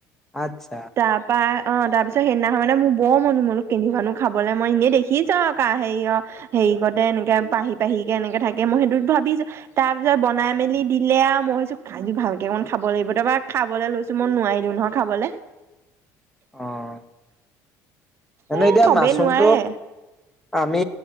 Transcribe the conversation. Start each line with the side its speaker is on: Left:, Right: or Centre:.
Centre: আত্ছা
Right: তাৰ পৰাা অ তাৰ পিছত সেইদিনাখন মানে মোৰ বৰ মনোমোল পন্িিবনো খাবলৈ মই এনেই দেখিছা আৰু হেৰি অ হেৰি কৰতে এনেকে পাহি পাহি কেে এনেকে থাকে মই সেইটো ভাবিছ তাৰ পিছত বনাই মেলি দিলে আৰু মইছো খাই ভালকে অণ খাব লাগিব তাৰপৰা খাবলৈ লৈছো মই নোৱাৰি দিওঁ নহয় খাবলৈ
Centre: অঁ এনেে
Right: এ
Centre: এতিয়া
Right: চবেই
Centre: মাছৰুমটো
Right: নোৱাৰে
Centre: আমি